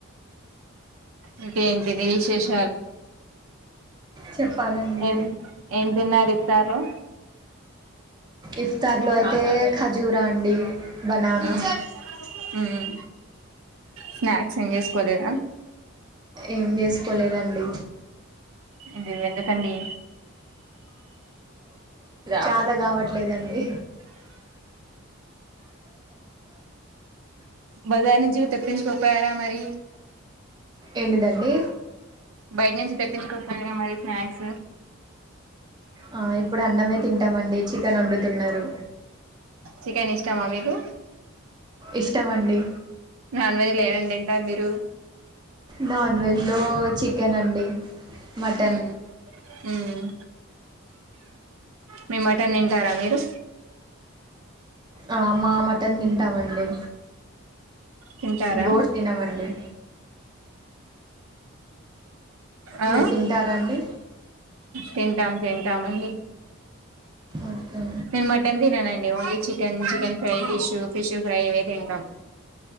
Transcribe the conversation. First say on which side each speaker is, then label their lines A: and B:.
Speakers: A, on the right (about 80°); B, on the right (about 20°).
A: ఇంకేంటిది విశేష
B: చెప్పాలండి
A: ఏం ఏం తిన్నారు ఈతార్లు
B: ఇఫ్తార్ లో అయితే ఖజూరా అండి బనానా
A: ఉమ్ ఉమ్ స్నాక్స్ ఏం చేసుకోలేదా
B: ఏం చేసుకోలేదండి
A: ఇందు వెందుకండీ
B: చాత కావట్లేదండి
A: బజార్ నుంచి తెప్పించుకోపోయారా మరి
B: ఏంటిదండి
A: బయట నుంచి తెప్పించుకోపోయారా మరి స్నాక్స్
B: ఆ ఇప్పుడు అన్నమే తింటామండి చికెన్ వండుతున్నారు
A: చికెన్ ఇష్టమా మీకు
B: ఇష్టం అండి
A: నాన్ వెజ్ లో ఎంఎం తింటారు మీరు
B: నాన్ వెజ్ లో చికెన్ అండి మటన్
A: హ్మ్ హ్మ్ మీ మటన్ తింటారా మీరు
B: అ మా మటన్ తింటామండి
A: తింటారా
B: గోట్ తినమండి
A: ఆ
B: మీరు తింటారా అండి
A: తింటాం తింటాం అండి
B: ఓకే
A: నేను మటన్ తిననండి only chicken chicken fry fish fish fry ఇవే తింటం